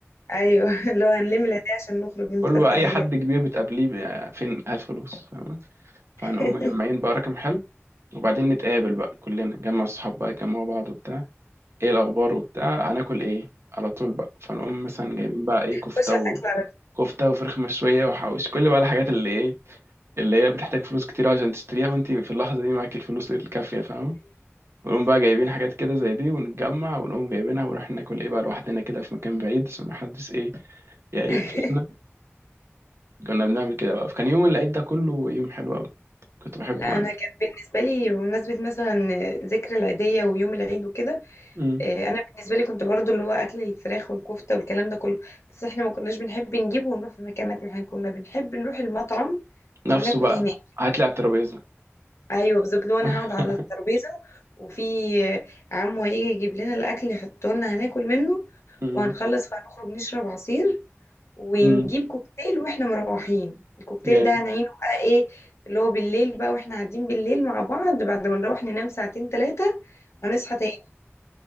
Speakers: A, on the left; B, on the right.
A: ايوه <laughs> اللي هو هنلم العيدية عشان نخرج نتفسح
B: كله بقى اي
A: بيها
B: حد كبير بتقابليه بقى فين هات فلوس فاهمه فهنقوم
A: <laughs>
B: مجمعين بقى رقم حلو وبعدين نتقابل بقى كلنا نجمع الصحاب بقى يجمعوا بعض وبتاع ايه الاخبار وبتاع هناكل ايه على طول بقى فنقوم مثلا جايبين بقى ايه كفته
A: خش على
B: و...
A: الاكل على طول
B: كفته وفراخ مشويه وحوش كل بقى الحاجات اللي ايه اللي هي بتحتاج فلوس كتير عشان تشتريها وانت في اللحظه دي معاك الفلوس الكافيه فاهم ونقوم بقى جايبين حاجات كده زي دي ونتجمع ونقوم جايبينها ونروح ناكل ايه بقى لوحدنا كده في مكان بعيد عشان محدش ايه يعني
A: ايوه
B: يقفشنا
A: <laughs>
B: كنا بنعمل كده بقى فكان يوم العيد ده كله يوم حلو قوي كنت بحبه
A: لا
B: انا
A: انا كان بالنسبه لي بمناسبه مثلا ذكر العيديه ويوم العيد وكده
B: مم.
A: آه، انا بالنسبه لي كنت برضو اللي هو اكل الفراخ والكفته والكلام ده كله بس احنا ما كناش بنحب نجيبه ونروح في مكان ناكله احنا كنا بنحب نروح المطعم
B: نفسه
A: وناكل
B: بقى
A: هناك
B: هات لي على الترابيزه
A: ايوه بالظبط لو انا
B: <laughs>
A: هقعد على الترابيزه وفي عمو هيجي يجيب لنا الاكل يحطه لنا هناكل منه
B: مم.
A: وهنخلص فهنخرج نشرب عصير ونجيب
B: مم.
A: كوكتيل واحنا مروحين الكوكتيل
B: جامد
A: ده هنعينه بقى ايه اللي هو بالليل بقى واحنا قاعدين بالليل مع بعض بعد ما نروح ننام ساعتين ثلاثة هنصحى تاني